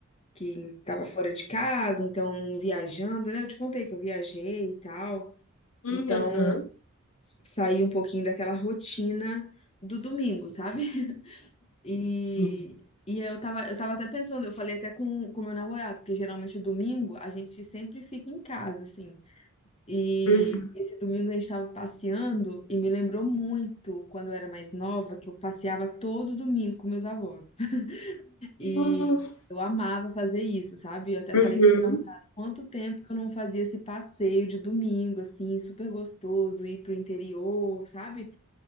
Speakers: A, on the left; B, on the left.
A: Que tava fora de casa, então viajando, né? Eu te contei que eu viajei e tal.
B: Uhum,
A: Então,
B: aham,
A: saí um pouquinho daquela rotina do domingo, sabe? E,
B: Sim.
A: e eu tava, eu tava até pensando, eu falei até com o meu namorado, porque geralmente domingo a gente sempre fica em casa, assim. E
B: Uhum.
A: esse domingo a gente tava passeando e me lembrou muito quando eu era mais nova, que eu passeava todo domingo com meus avós. <laughs> E
B: Nossa.
A: eu amava fazer isso, sabe? Eu até falei
B: Uhum.
A: com meu namorado quanto tempo que eu não fazia esse passeio de domingo, assim, super gostoso, ir pro interior, sabe?